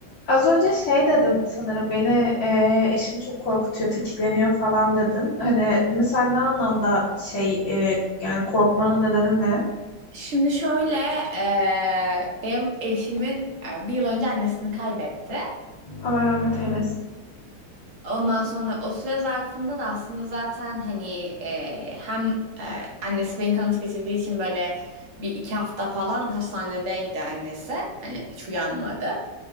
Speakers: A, on the left; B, on the right.
A: Az önce şey dedin sanırım beni e, eşim çok korkutuyor, tetikleniyor falan dedin. Hani mesela ne anlamda şey e, yani korkmanın nedeni ne?
B: Şimdi şöyle, eee, benim eşimin eee, bir yıl önce annesini kaybetti.
A: Allah rahmet eylesin.
B: Ondan sonra o süre zarfında da aslında zaten hani eee, hem eee, annesi beyin kanaması geçirdiği için böyle bir iki hafta falan hastanedeydi annesi. Hani hiç uyanmadı.